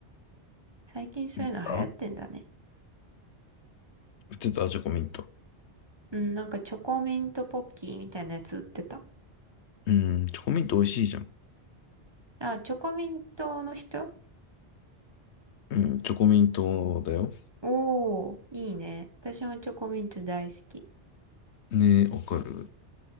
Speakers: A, on the right; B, on the left.
A: 最近そういうの流行ってんだね。
B: 売ってた売ってたチョコミント。
A: うん、なんかチョコミントポッキーみたいなやつ売ってた。
B: うん。チョコミント美味しいじゃん。
A: あ、チョコミントの人
B: うん。チョコミントだよ。
A: おー、いいね。私もチョコミント大好き。
B: ねえ、わかる。